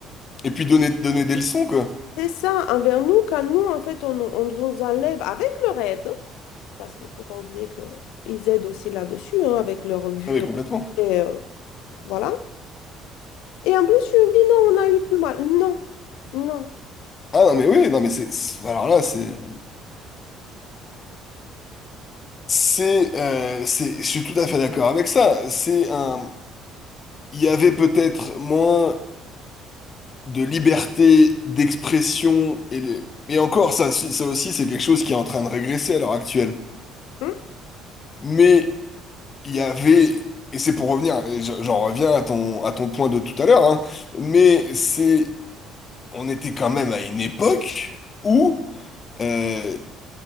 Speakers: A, on the left; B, on the left.
A: Et puis donner, donner des leçons, quoi.
B: c'est ça envers nous quand nous, en fait, on, on nous enlève avec leur aide, parce qu'il ne faut pas oublier qu'ils aident aussi là-dessus, hein, avec leur vue
A: Ah, mais
B: euh,
A: complètement.
B: très... euh, voilà. Et en plus, tu me dis, non, on a eu plus mal. Non, non.
A: Ah non mais oui, non mais c'est c'est- alors là c'est c'est euh, c'est je suis tout à fait d'accord avec ça. C'est un il y avait peut-être moins de liberté d'expression et les- et encore ça aussi- ça aussi c'est quelque chose qui est en train de régresser à l'heure actuelle.
B: Hum,
A: Mais il y avait et c'est pour revenir et je- j'en reviens à ton à ton point de tout à l'heure hein, mais c'est on était quand même à une époque où euh,